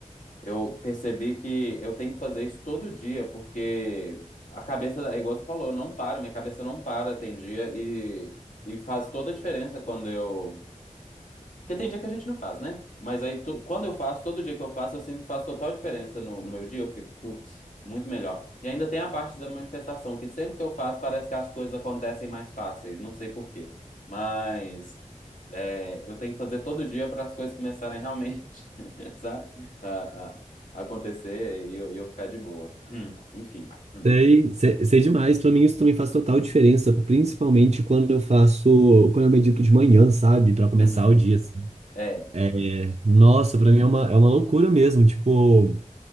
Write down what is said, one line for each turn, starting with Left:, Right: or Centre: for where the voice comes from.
Left: Eu percebi que eu tenho que fazer isso todo dia, porque a cabeça, da- igual você falou, não para, minha cabeça não para, tem dia, e, e faz toda a diferença quando eu porque tem dia que a gente não faz, né? Mas aí, to- quando eu faço, todo dia que eu faço, eu sinto que faz total diferença no, no meu dia. Eu fico, putz, muito melhor. E ainda tem a parte da manifestação, que sempre que eu faço, parece que as coisas acontecem mais fáceis. Não sei por quê. Mas é, eu tenho que fazer todo dia para as coisas começarem realmente, <laughs> sabe? A, a- a acontecer e eu, e eu ficar de boa. <clears throat> Enfim. Hum,
Right: Sei, sei, sei demais. Pra mim isso também faz total diferença, principalmente quando eu faço, quando eu medito de manhã, sabe? Pra começar
Left: Uhum.
Right: o dia, assim.
Left: É.
Right: É, nossa,
Left: hum,
Right: pra mim é uma, é uma loucura mesmo. Tipo,